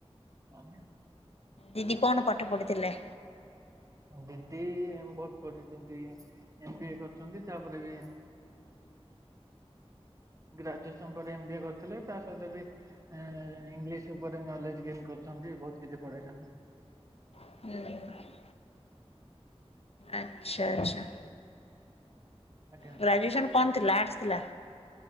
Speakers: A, on the right (about 30°); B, on the left (about 70°).
A: ଓ ଜ୍ଞା।
B: ଦିଦି କଣ ପାଠ ପଢିଥିଲେ?
A: ଦିଦି ବହୁତ ପଢିଛନ୍ତି ଏମ ବି ଏ କରିଛନ୍ତି ତାପରେ ବି ଗ୍ରାଜୁଏସନ ପରେ ଏମ ବି ଏ କରିଥିଲେ ତା ସହିତ ବି ଏଁ ଇଂଲିଶ ଉପରେ ନଲେଜ ଗେନ୍ କରୁଛନ୍ତି ବହୁତ କିଛି ପଢେଇଛନ୍ତି।
B: ହୁଁ। ଆଛା ଆଛା।
A: ଆଜ୍ଞା
B: ଗ୍ରାଜୁଏସନ କଣ ଥିଲା ଆଟସ୍ ଥିଲା।